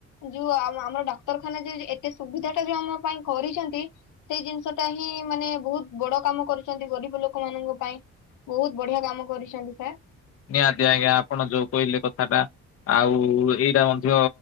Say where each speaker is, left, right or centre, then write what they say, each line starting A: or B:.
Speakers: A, on the left; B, on the left.
A: ଯୁ ଆମ ଆମର ଡାକ୍ତରଖାନା ଯୁ ଏତେ ସୁବିଧା ଟା ଯୁ ଆମ ପାଇଁ କରିଛନ୍ତି ସେଇ ଜିନିସଟା ଟା ହିଁ ମାନେ ବହୁତ୍ ବଡ଼ କାମ କରୁଛନ୍ତି ଗରିବ ଲୋକ ମାନଙ୍କ ପାଇଁ। ବହୁତ ବଢ଼ିଆ କାମ କରିଛନ୍ତି ସାର୍।
B: ନିଆତି ଆଜ୍ଞା ଆପଣ ଯୁ କହିଲେ କଥାଟା। ଆଉ ଏଇଟା ମଧ୍ୟ